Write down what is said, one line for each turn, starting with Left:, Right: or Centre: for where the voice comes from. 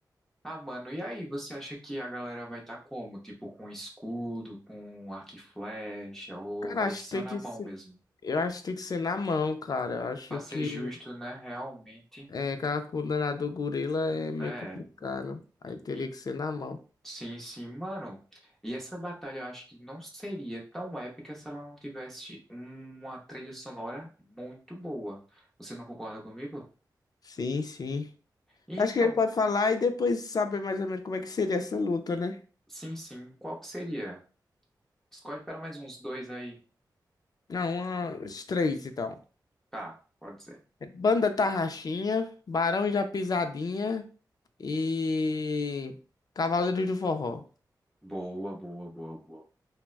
Centre: Ah, mano, e aí, você acha que a galera vai estar como? Tipo, com escudo, com arco e flecha, ou
Left: Cara,
Centre: vai
Left: acho
Centre: só
Left: que tem
Centre: na
Left: que
Centre: mão
Left: ser,
Centre: mesmo?
Left: eu acho que tem que ser na mão, cara. Eu acho
Centre: Pra ser
Left: que
Centre: justo, né? Realmente,
Left: É, aquela coluna do gorila é meio
Centre: é.
Left: complicado. Aí teria
Centre: E-
Left: que ser na mão.
Centre: Sim, sim, mano. E essa batalha eu acho que não seria tão épica se ela não tivesse uma trilha sonora muito boa. Você não concorda comigo?
Left: Sim, sim.
Centre: Então,
Left: Acho que ele pode falar e depois saber mais ou menos como é que seria essa luta, né?
Centre: sim, sim. Qual que seria? Escolhe para mais uns dois aí.
Left: Não, uma- os três, então.
Centre: Tá, pode ser.
Left: Banda Tarraxinha, Barões da Pisadinha e Cavaleiros do Forró.
Centre: Boa, boa, boa, boa.